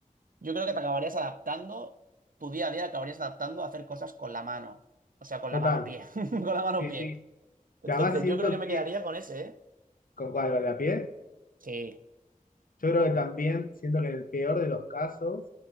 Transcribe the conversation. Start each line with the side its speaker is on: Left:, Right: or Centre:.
Right: Yo creo que te acabarías adaptando, tu día a día acabarías adaptando a hacer cosas con la mano. O sea, con
Left: Total.
Right: la mano-pie. <laughs> Con la mano-pie.
Left: Sí, sí.
Right: Entonces,
Left: Que además siento
Right: yo creo que me
Left: que,
Right: quedaría con ese, ¿eh?
Left: ¿con cuál? ¿Con la piel?
Right: Sí.
Left: Yo creo que también siento que en el peor de los casos,